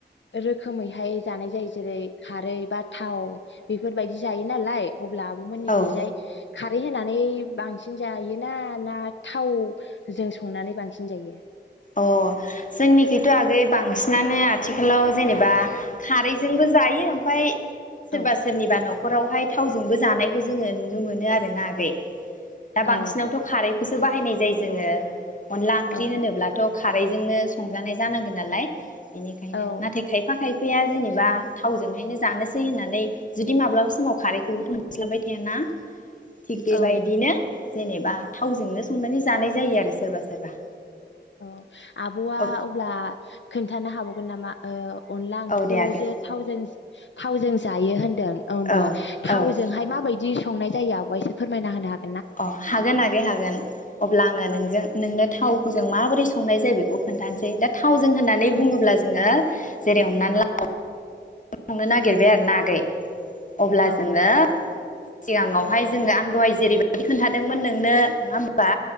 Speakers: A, on the left; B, on the left.
A: रोखोमैहाय जानाय जायो जेरै खारै बा थाव बेफोरबायदि जायो नालाय अब्ला आब' मोननिखैजाय
B: औ
A: खारै होनानै नै बांसिन जायो ना ना थावजों संनानै बांसिन जायो?
B: अ जोंनिखथ आगै बांसिनानो आथिखालाव जेनेबा खारैजोंबो जायो ओमफाय सोरबा
A: औ
B: सोरनिबा न'ख न'खरावहाय थावजोंबो जानायखौ जोङो नुनो मोनो आरो ना आगै दा
A: औ
B: बांसिनावथ खारैखौसो सो बाहायनाय जायो जोङो अनला ओंख्रि
A: औ
B: होनोब्ला खारैजोंनो संजानाय जानांगोन नालाय बिनिखायनो
A: औ
B: नाथाय खायफा खाय बिफाया जेनेबा थावजोंहायनो जानोसै होननानै जुदि माब्लाबा समाव खारैखौबो मोनस्लाबाय थायाना थिग बेबायदिनो
A: औ
B: जेनेबा थावजोंनो संनानै जानाय जायो आरो सोरबा सोरबा
A: औ आब'आ
B: औ
A: अब्ला खो खिन्थानो हाबावगोन नामा ओ अनला ओंख्रिखौ
B: औ दे आगै
A: एसे थावजों थावजों जायो होन ओमबा
B: औ औ
A: थावजोंहाय माबायदि संनाय जायो आब'आ इसे फोरमायना होनो हाग
B: अ हागोन आगै हागोन। अब्ला आङो नोंजों
A: औ
B: नोंनो थाव जों माबोरै संनाय जायो बेखौ खोन्थानोसै दा था थावजों होननानै
A: औ
B: बुङोब्ला जोङो जेरै हमनानै ला <unintelligible> नो नागिरबाय आरो ना आगै अब्ला
A: औ
B: जोङो सिगाङावहाय जोङो आं दहाय जेरैबायदि खोन्थादोंमोन नोंनो नङा होम बा